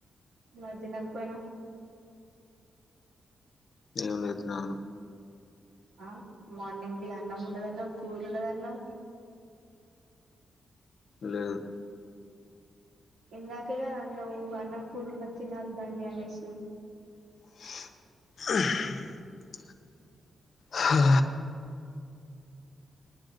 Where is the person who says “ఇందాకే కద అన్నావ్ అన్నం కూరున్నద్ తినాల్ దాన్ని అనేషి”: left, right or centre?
Right